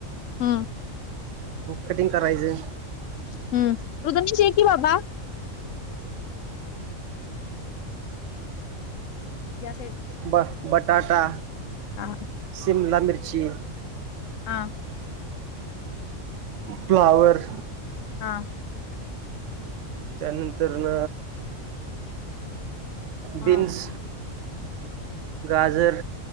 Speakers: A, on the left; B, on the right.
A: हम्म
B: कटिंग करायचं
A: <unintelligible> या से
B: ब बटाटा,
A: हा
B: शिमला मिर्ची
A: हा
B: फ्लावर
A: हा
B: त्यानंतर न
A: हा
B: बीन्स गाजर